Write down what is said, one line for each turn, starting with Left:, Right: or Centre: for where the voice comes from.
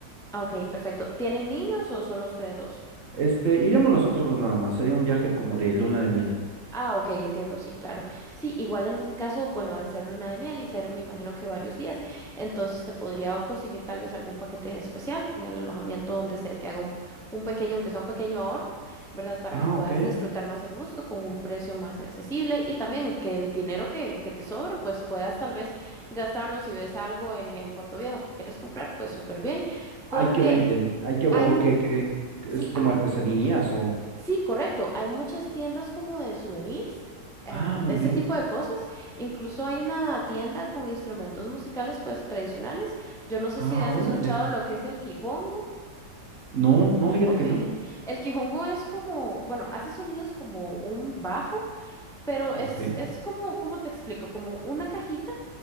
Centre: Ah, ok, perfecto. ¿Tienen niños o solo ustedes dos?
Right: Este, iríamos nosotros dos nada más. Sería un viaje como de luna de miel.
Centre: Ah, ok, entiendo, sí, claro. Sí, igual en ese caso, bueno, al ser luna de miel y ser, me imagino que varios días, entonces te podría conseguir tal vez algún paquete especial con el alojamiento donde se te haga un, un pequeño, aunque sea un pequeño ahorro, ¿verdad? Para
Right: Ah,
Centre: que puedas
Right: ok.
Centre: disfrutar más a gusto, con un precio más accesible y también que el dinero que, que te sobre, pues puedas tal vez gastarlo si ves algo en, en Puerto Viejo que quieres comprar, pues súper bien, porque
Right: Hay que venden, hay que, o
Centre: hay... mu-
Right: que, que, que
Centre: sí.
Right: es como artesanías o.
Centre: Sí, correcto. Hay muchas tiendas como de souvenirs, em,
Right: Ah, muy
Centre: de este
Right: bien.
Centre: tipo de cosas. Incluso hay una tienda con instrumentos musicales pues tradicionales. Yo no sé
Right: Ah,
Centre: si has
Right: órale.
Centre: escuchado lo que es el quijongo.
Right: No, no, fíjate
Centre: Ok.
Right: que
Centre: <laughs>
Right: no.
Centre: El quijongo es como, bueno, hace sonidos como un bajo, pero
Right: Ok,
Centre: es, es como, ¿cómo te explico? Como una cajita